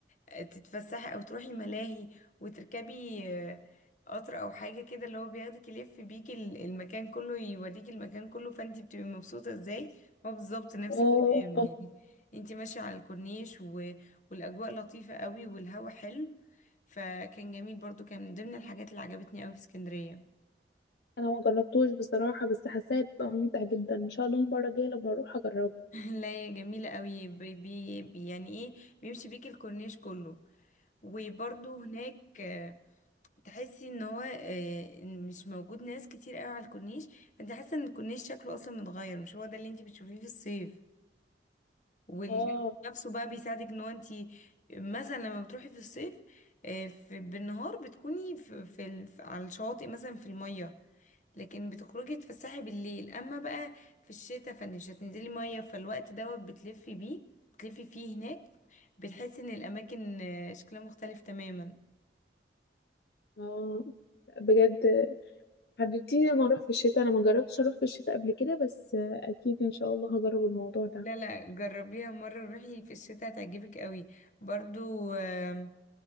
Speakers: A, on the left; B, on the left.
A: آه، تتفسحي او تروحي ملاهي وتركبي آه، قطر او حاجه كده اللي هو بياخدك يلف بيكي ال- المكان كله يوريكي المكان كله فانت بتبقي مبسوطه ازاي هو بالظبط نفس
B: اه
A: الكلام
B: آه.
A: يعني انت ماشيه على الكورنيش والاجواء لطيفة قوي والهوا حلو فكان جميل برضو كان من ضمن الحاجات اللي عجبتني قوي في اسكندرية
B: انا ما جربتوش بصراحه بس حاساه يبقى ممتع جدا ان شاء الله المره الجايه لما اروح اجربه
A: <laughs> لا هي جميلة قوي بي بي بي- يعني ايه بيمشي بيك الكورنيش كله وبرضو هناك آه، تحسي ان هو آه، مش موجود ناس كتير قوي على الكورنيش فانت حاسة ان الكورنيش شكله اصلا متغير مش هو ده اللي انت بتشوفيه في الصيف والجو
B: اه
A: نفسه بقى بيساعدك ان هو انت مثلا لما بتروحي في الصيف آه، في بالنهار بتكوني في, في ال- على الشواطئ مثلا في المية لكن بتخرجي تتفسحي بالليل اما بقى في الشتاء فمش هتنزلي مية فالوقت دوت بتلفي بيه بتلفي فيه هناك بتحسي ان الاماكن آه، شكلها مختلف تماما
B: اه لأ، بجد حبيبتي لما اروح في الشتاء انا ما جربتش اروح في الشتاء قبل كده بس آه، اكيد ان شاء الله هجرب الموضوع ده
A: لا لا جربيها مرة روحي في الشتاء هتعجبك قوي برضو آم،